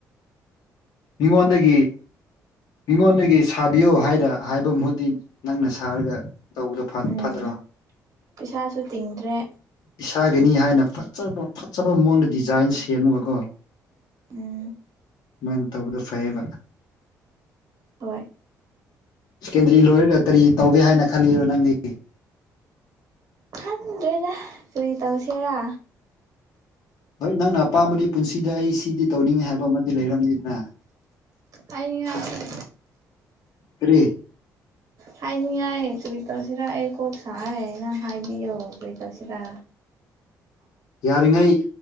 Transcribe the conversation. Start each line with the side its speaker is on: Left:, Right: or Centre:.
Left: ꯃꯤꯉꯣꯟꯗꯒꯤ ꯃꯤꯉꯣꯟꯗꯒꯤ ꯁꯥꯕꯤꯌꯣ ꯍꯥꯏꯅ ꯍꯥꯏꯕ ꯃꯍꯨꯠꯇꯤ ꯅꯪꯅ ꯁꯥꯔꯒ ꯇꯧꯕꯗꯣ ꯐꯠ
Right: ꯎꯝ
Left: ꯐꯠꯗ꯭ꯔꯣ
Right: ꯄꯩꯁꯥꯁꯨ ꯇꯤꯡꯗ꯭ꯔꯦ
Left: ꯏꯁꯥꯒꯤꯅꯤ ꯍꯥꯏꯅ ꯐꯕ ꯐꯖꯕ ꯃꯉꯣꯟꯗ ꯗꯤꯖꯥꯏꯟ
Right: ꯎꯝ
Left: ꯁꯦꯝꯃꯒꯀꯣ
Right: ꯎꯝ
Left: ꯃꯣꯏꯅ ꯇꯧꯕꯗꯣ ꯐꯩꯌꯦꯕ
Right: ꯍꯣꯏ
Left: ꯁꯦꯀꯦꯟꯗꯔꯤ ꯂꯣꯏꯔꯒ ꯀꯔꯤ ꯇꯧꯒꯦ ꯍꯥꯏꯅ ꯈꯜꯂꯤꯔꯣ ꯅꯪꯗꯤ
Right: ꯈꯪꯗ꯭ꯔꯦꯗ ꯀꯔꯤ ꯇꯧꯁꯦꯔꯥ
Left: ꯍꯣꯏ ꯅꯪꯅ ꯑꯄꯥꯝꯕꯗꯤ ꯄꯨꯟꯁꯤꯗ ꯑꯩ ꯁꯤꯗꯤ ꯇꯧꯅꯤꯡꯉꯦ ꯍꯥꯏꯕ ꯑꯃꯗꯤ ꯂꯩꯔꯝꯅꯤꯗꯅ
Right: ꯍꯥꯏꯅꯤꯡꯉꯥꯢ
Left: ꯀꯔꯤ
Right: ꯍꯥꯏꯅꯤꯡꯉꯥꯏ ꯀꯔꯤ ꯇꯧꯁꯤꯔꯥ ꯑꯩ ꯀꯣꯛ ꯁꯥꯏꯌꯦ ꯅꯪ ꯍꯥꯏꯕꯤꯌꯣ ꯀꯔꯤ ꯇꯧꯁꯤꯔꯥ
Left: ꯌꯥꯔꯤꯉꯩ